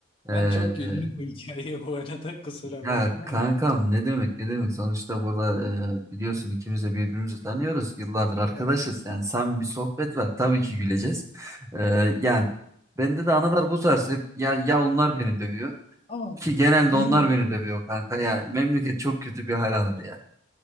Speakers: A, on the left; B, on the right.
A: ben
B: E,
A: çok güldüm bu hikayeye bu arada kusura
B: ya
A: bakma
B: kankam
A: ama
B: ne demek ne demek sonuçta burada e, biliyorsun ikimiz de birbirimizi tanıyoruz. Yıllardır arkadaşız.
A: tabii.
B: Yani samimi bir sohbet var. Tabii ki güleceğiz. E, yani bende de analar bu tarz hep ya ya onlar beni dövüyor
A: Ama
B: ki genelde
A: bizim
B: onlar beni dövüyor kanka. Ya memleket çok kötü bir hal aldı ya